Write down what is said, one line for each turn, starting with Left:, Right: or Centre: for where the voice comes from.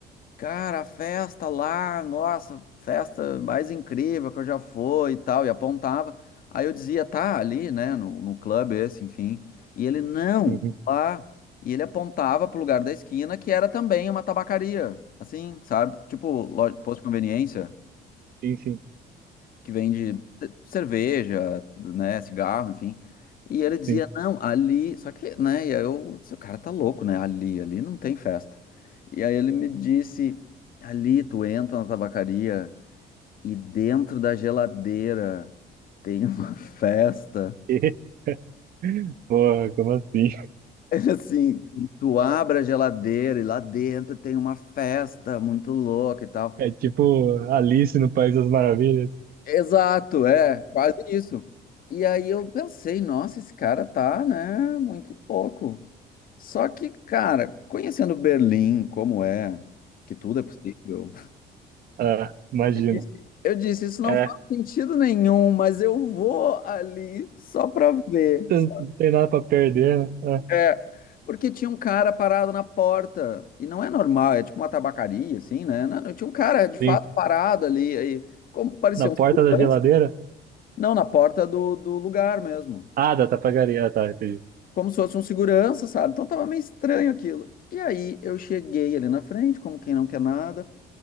Left: Cara, a festa lá, nossa, festa mais incrível que eu já fui e tal, e apontava. Aí eu dizia, tá ali, né, no, no clube esse, enfim. E ele, não,
Right: Uhum.
Left: lá. E ele apontava pro lugar da esquina, que era também uma tabacaria, assim, sabe? Tipo, lo- posto de conveniência
Right: Sim, sim,
Left: que vende ce- cerveja, né, cigarro, enfim. E ele dizia,
Right: sim.
Left: não, ali, só que, né, e aí eu disse, o cara tá louco, né, ali, ali não tem festa. E aí ele me disse, ali tu entra na tabacaria e dentro da geladeira tem uma <laughs> festa.
Right: <laughs> Porra, como assim?
Left: Ele assim, tu abre a geladeira e lá dentro tem uma festa muito louca e tal.
Right: É tipo Alice no País das Maravilhas?
Left: Exato, é, quase isso. E aí eu pensei, nossa, esse cara tá, né, muito louco. Só que, cara, conhecendo Berlim, como é, que tudo é possível,
Right: Ah, imagina.
Left: <laughs> eu disse, eu disse, isso não
Right: É,
Left: faz sentido nenhum, mas eu vou ali só pra ver. sabe?
Right: não tem nada pra perder, né? Ah,
Left: É, porque tinha um cara parado na porta, e não é normal, é tipo uma tabacaria, assim, né? Não, não, tinha um cara, de fato,
Right: sim.
Left: parado ali, aí, como parecia
Right: Na porta
Left: um segurança,
Right: da geladeira?
Left: não, na porta do, do lugar mesmo.
Right: Ah, da tapagaria. Ah, tá, entendi.
Left: como se fosse um segurança, sabe? Então tava meio estranho aquilo. E aí eu cheguei ali na frente, como quem não quer nada,